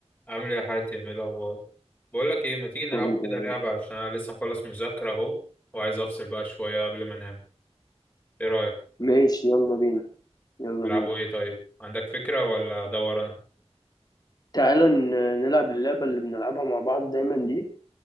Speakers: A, on the left; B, on the left.
A: عامل ايه يا حاتم ايه الاخبار بقول لك ايه ما تيجي نلعب
B: كله تمام
A: كده لعبه عشان انا لسه مخلص مذاكره اهو وعايز افصل بقى شويه قبل ما انام ايه رايك
B: ماشي يلا بينا يلا
A: نلعبوا
B: بينا
A: ايه طيب عندك فكره ولا ادور انا
B: تعالى ن- نلعب اللعبة اللي بنلعبها مع بعض دايما دي